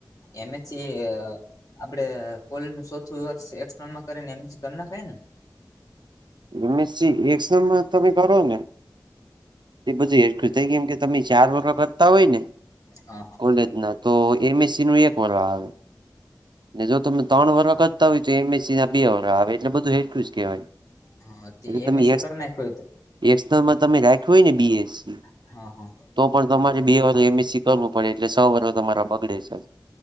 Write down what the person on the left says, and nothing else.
એમ એસ સી આપડે કોલેજ નું ચોથું વર્ષમાં કરીને એકસટનલ કરી એમએસસી કરી નાખાય ને?
હા
હા તે
એમએસસી કરી નાખ્યું હતું
હા હા